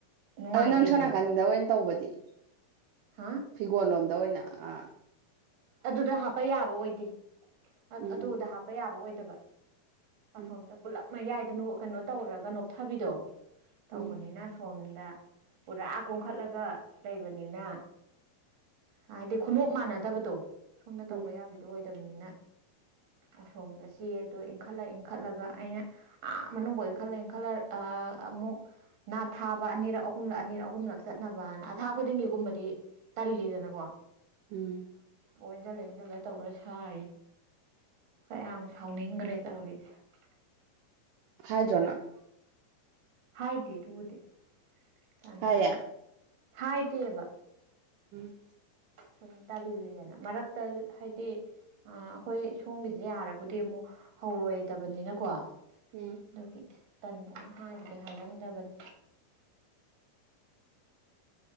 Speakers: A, on the right; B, on the right.
A: ꯅꯨꯡꯉꯥꯏꯇꯦꯗꯅ
B: ꯑꯗꯨ ꯅꯪ ꯁꯣꯝ ꯅꯥꯀꯟꯗ ꯑꯣꯏꯅ ꯇꯧꯕꯗꯤ
A: ꯍꯥ
B: ꯐꯤꯒꯣꯜ ꯂꯣꯝꯗ ꯑꯣꯏꯅ ꯑ
A: ꯑꯗꯨꯗ ꯍꯥꯞꯄ ꯌꯥꯕ ꯑꯣꯏꯗꯦ
B: ꯎꯝ
A: ꯑꯗꯨꯗ ꯍꯥꯞꯄ ꯌꯥꯕ ꯑꯣꯏꯗꯕ
B: ꯎꯝ
A: ꯑꯁꯣꯝꯗ ꯄꯨꯜꯂꯞ ꯃꯌꯥꯏ ꯀꯩꯅꯣ ꯀꯩꯅꯣ ꯇꯧꯔꯒ ꯅꯣꯊꯕꯤꯗꯣ ꯇꯧꯕꯅꯤꯅ
B: ꯎꯝ
A: ꯁꯣꯝꯗ ꯄꯨꯔꯥ ꯀꯨꯝꯈꯠꯂꯒ ꯂꯩꯕꯅꯤꯅ ꯍꯥꯏꯗꯤ ꯈꯨꯅꯣꯞ ꯃꯥꯟꯅꯗꯕꯗꯣ ꯁꯣꯝꯗ
B: ꯎꯝ
A: ꯇꯧꯕ ꯌꯥꯕꯤꯗꯣ ꯑꯣꯏꯗꯕꯅꯤꯅ ꯑꯁꯣꯝꯗ ꯆꯦꯗꯣ ꯏꯟꯈꯠꯂ ꯏꯟꯈꯠꯂꯒ ꯑꯩꯅ ꯑꯥ ꯃꯅꯨꯡꯗ ꯈꯜꯂꯦ ꯈꯜꯂꯦ ꯑꯃꯨꯛ ꯅꯥ ꯊꯥ ꯑꯅꯤꯔꯛ ꯑꯍꯨꯝꯂꯛ ꯑꯅꯤꯔꯛ ꯑꯍꯨꯝꯂꯛ ꯆꯠꯅꯕꯅ ꯑꯊꯥ ꯈꯨꯗꯤꯡꯒꯤꯒꯨꯝꯕꯗꯤ ꯇꯜꯂꯤꯗꯅꯀꯣ
B: ꯎꯝ
A: ꯏꯟꯁꯤꯜꯂ ꯏꯟꯁꯤꯜꯂ ꯇꯧꯔ ꯁꯥꯏꯔꯤ ꯀꯌꯥꯝ ꯁꯥꯎꯅꯤꯡꯈ꯭ꯔꯦ ꯇꯧꯔꯤꯁꯦ
B: ꯍꯥꯏꯗ꯭ꯔꯣ ꯅꯪ
A: ꯍꯥꯏꯗꯦ ꯑꯗꯨꯕꯨꯗꯤ ꯇꯥꯅꯤꯡꯗꯅ
B: ꯍꯥꯏꯌꯦ
A: ꯍꯥꯏꯗꯦꯕ
B: ꯎꯝ
A: ꯁꯨꯝ ꯇꯜꯂꯤꯗꯅ ꯃꯔꯛꯇ ꯍꯥꯏꯗꯤ ꯑꯩꯈꯣꯏ ꯁꯣꯝꯒꯤꯁꯦ ꯌꯥꯔꯕꯗꯤ ꯑꯃꯨꯛ ꯍꯧꯔꯣꯏꯗꯕꯅꯤꯅꯀꯣ ꯑꯗꯨꯒꯤ
B: ꯎꯝ
A: ꯇꯟꯗꯅꯤ ꯍꯥꯏꯕꯗꯤ ꯍꯥꯏꯔꯝꯗꯕꯅꯤ